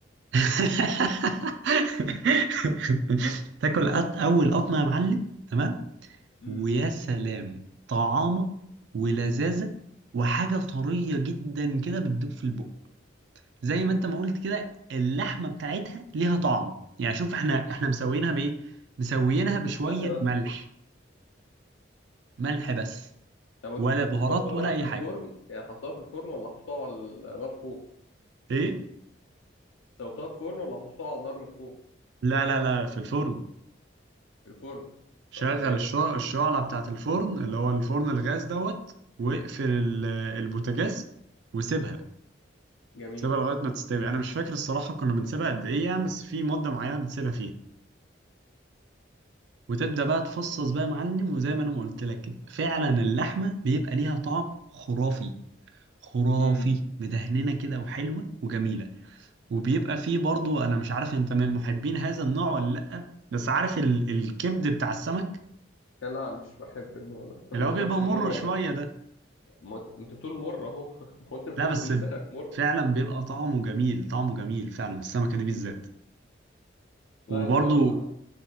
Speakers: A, on the right; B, on the left.
A: <laughs> تاكل أط- اول قطمة يا معلم تمام
B: امم
A: ويا سلام طعامة ولذاذة وحاجة طرية جدا كده بتدوب في البق زي ما انت ما قلت كده اللحمة بتاعتها ليها طعم يعني شوف احنا احنا مسويينها بايه مسويينها بشوية
B: ملح بس
A: ملح ملح بس
B: طب انتوا
A: ولا
B: كنتوا
A: بهارات
B: سويتوها
A: ولا
B: بقى
A: اي
B: في الفرن
A: حاجة
B: يعني حطيتوها في الفرن ولا حطيتوها على النار فوق
A: ايه
B: سويتوها في الفرن ولا حطيتوها على النار من فوق
A: لا لا لا في الفرن
B: في الفرن
A: شغل
B: طب ماشي
A: الشع- الشعلة بتاعت الفرن اللي هو الفرن الغاز دوت واقفل ال- البوتاجاز وسيبها
B: جميل
A: سيبها لغاية ما تستوي أنا مش فاكر الصراحة كنا بنسيبها قد إيه يعني بس في مدة معينة بتسيبها فيها وتبدأ بقى تفصص بقى يا معلم وزي ما أنا ما قلت لك كده فعلا اللحمة بيبقى ليها طعم خرافي خرافي
B: امم
A: مدهننة كده وحلوة وجميلة وبيبقى فيه برضو أنا مش عارف أنت من محبين هذا النوع ولا لأ بس عارف ال... الكبد بتاع السمك
B: لا مش بحب النوع ده <laughs>
A: اللي هو بيبقى
B: انا مش من
A: مر
B: النوع
A: شوية
B: ده
A: ده
B: ما انت ما انت بتقول مر اهو <laughs> ما هو انت بتقول
A: لا بس
B: بلسانك مر
A: فعلا بيبقى طعمه جميل طعمه جميل فعلا السمكة دي بالذات
B: لا
A: وبرضو
B: الصراحه